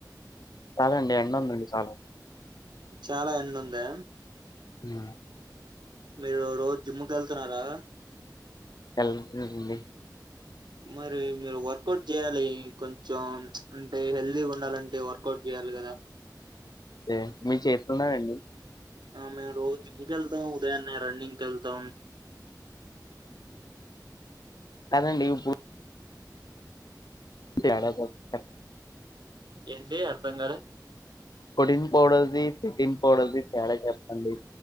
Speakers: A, on the left; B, on the right.
A: అవునండి ఎండ ఉందండి చానా
B: చాలా ఎండ ఉందా
A: మ్
B: మీరు రోజు జిమ్ కి వెళ్తున్నారా
A: వెళ్లట్లేదండి
B: మరి మీరు వర్కౌట్ చేయాలి, కొంచెం అంటే హెల్దీగా ఉండాలంటే వర్కౌట్ చేయాలి కదా
A: అయితే మీ చేతునారండి
B: మేము రోజు జిమ్ కి వెళ్తామ్ ఉదయాన్నే రన్నింగ్ ఎల్తామ్
A: కదండి ఇప్పుడు అంటే ఏడ కలుస్తా <unintelligible>
B: ఏంటి అర్థం కాలే
A: ప్రొటీన్ పౌడర్దిి సిటీన్ పౌడర్దిి తేడా చెప్పండి